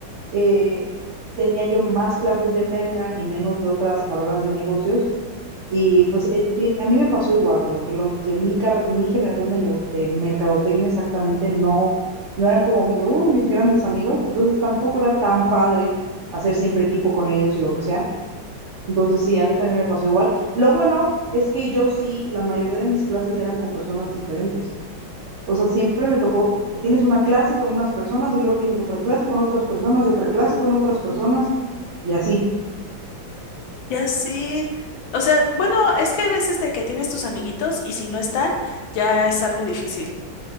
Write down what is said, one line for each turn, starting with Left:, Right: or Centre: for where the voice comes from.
Right: eh, tenía yo más clases de Merca y menos de otras carreras de negocios y pues eh, bien, a mí me pasó igual, como que los de mi, car- mi generación de, nego- de mercadotecnia exactamente no, no eran como mis, uy, mis grandes amigos, entonces tampoco era tan padre hacer siempre equipo con ellos y lo que sea. Entonces sí, a mí también me pasó igual. Lo bueno es que yo sí, la mayoría de mis clases eran con personas diferentes. O sea, siempre me tocó, tienes una clase con unas personas y luego tienes otra clase con otras personas y otra clase con otras personas y así.
Left: ya sí. O sea, bueno, es que hay veces de que tienes tus amiguitos y si no están, ya es algo difícil.